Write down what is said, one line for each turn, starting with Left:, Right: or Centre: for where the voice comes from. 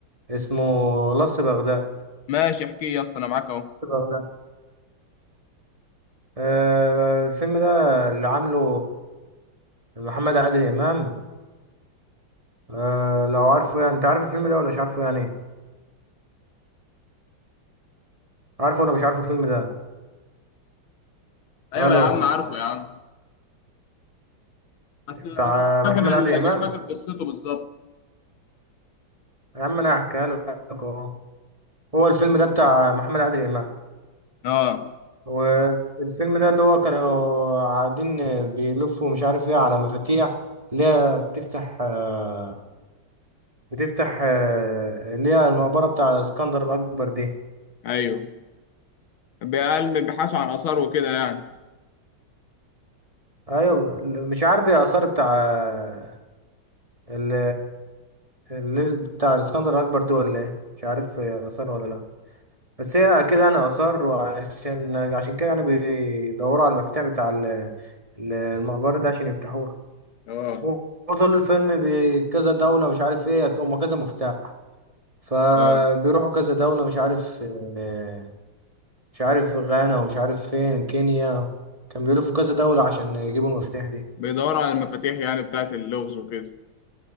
Right: اسمه لص بغداد
Left: ماشي احكي يا اسطى انا معاك اهو
Right: بغداد. آه الفيلم ده اللي عامله محمد عادل امام آه لو عارفه يعني انت عارف الفيلم ده ولا مش عارفه يعني عارفه ولا مش عارفه الفيلم ده
Left: ايوه
Right: الو
Left: يا عم عارفه يا عم بس بس
Right: بتاع
Left: مش
Right: محمد
Left: فاكر
Right: عادل
Left: ال-
Right: امام
Left: مش فاكر قصته بالظبط
Right: يا عم انا هحكيها لك اهو هو الفيلم ده بتاع محمد عادل امام
Left: اه
Right: هو الفيلم ده اللي هو كانوا قاعدين بيلفوا مش عارف ايه على مفاتيح اللي هي بتفتح آه، بتفتح آه، اللي هي المقبرة بتاع اسكندر الأكبر دي
Left: ايوه بيقل- بيبحثوا عن آثار وكده يعني
Right: أيوة مش عارف ايه آثار بتاع آه، ال اللي بتاع الاسكندر الأكبر دي ولا ايه مش عارف هي آثار ولا لأ بس هي أكيد يعني آثار وعشان عشان كده يعني بيدوروا على المفتاح بتاع ال- ال- المقبرة ده عشان يفتحوها
Left: اه
Right: هو طول الفيلم بكذا دولة مش عارف ايه هما كذا مفتاح فبيروحوا
Left: اه
Right: كذا دولة مش عارف آه، مش عارف غانا ومش عارف فين كينيا كان بيلفوا كذا دولة عشان يجيبوا المفتاح دي
Left: بيدوروا على المفاتيح يعني بتاعت اللغز وكده